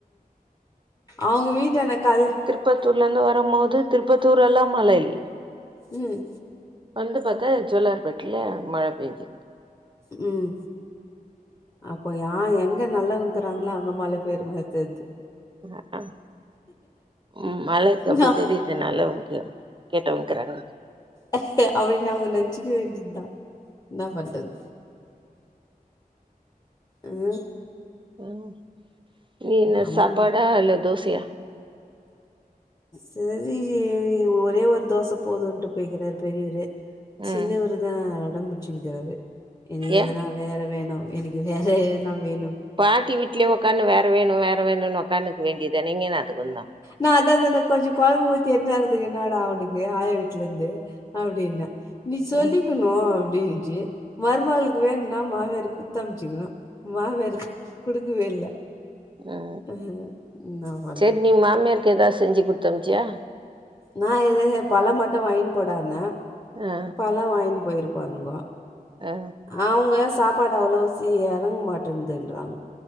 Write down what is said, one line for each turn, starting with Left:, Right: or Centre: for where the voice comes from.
Left: அவுங்க வீட்டான கால்ல
Right: திருபத்தூர்ல இருந்து வரம் போது திருப்பத்தூரெல்லா மழ இல்ல
Left: ம்
Right: வந்து பாத்தா ஜோல்லார் பேட்ல மழ பெய்ஞ்சிருகு
Left: ம் அப்போ யா எங்க நல்லவங்கறாங்களோ அங்க மழ பெய்ர மாறி தெர்து
Right: அ அ ம் மழக்கு அப்டி
Left: நான்
Right: தெரிது நல்லவங்க <unintelligible> கேட்டவங்க்கிறாங்க
Left: அப்டியா அப்டின் நாம நெனச்சுக்க வேண்டியதுதா என்னா பண்றது ஐயோ
Right: ம் நீ என்ன
Left: அம்
Right: சாப்பாடா இல்ல தோசையா
Left: சரி ஒரே ஒரு தோச போதும்ன்ட்டு போய்கிறாரு பெரியவரு சின்னவருதா
Right: ம்
Left: ஒடம்புச்சினுக்குறாறு இன்னக்கு
Right: ஏ
Left: எதனா வேற வேணு எனக்கு வேற எல்லா வேணும்
Right: பாட்டி வீட்டுலே ஒக்கான்னு வேற வேணு வேற வேணுனு ஒக்காந்துக்க வேண்டியது தான இங்க என்னாத்துக்கு வந்தா
Left: நா அதா சொன்ன கொஞ்ச கொழம்பு ஊத்தி எடுத்துனாக்கு வேன்டிதான அவனுக்கு ஆயா வீட்லேருந்து அப்டின்ன நீ சொல்லி
Right: ம்
Left: குடு ஓ அப்டின்ச்சு மறுமளுக்கு வேணும்னா மாமியாரு குத்து அமிச்சுக்கணு மாமியாரு குடுக்கவே இல்ல
Right: ம்
Left: அஹ நா பண்
Right: சரி நீ மாமியாருக்கு எதாவது செஞ்சு குத்து அம்ச்சியா
Left: நா எதாது பழம் மட்டு வாங்கின் போடான்னே
Right: ஆ
Left: பழ வாங்கினு போயிருப்பானுங்கோ
Right: ஆ
Left: அவுங்கதா சாப்பாடு அவ்வளவு சி எறங்க மாட்டேன்துன்றாங்கோ